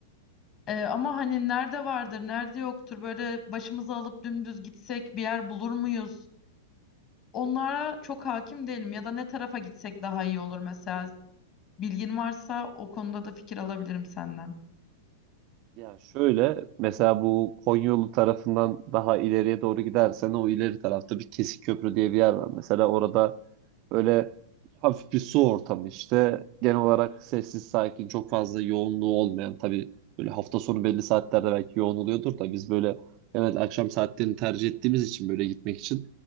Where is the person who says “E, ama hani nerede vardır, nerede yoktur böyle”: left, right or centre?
Left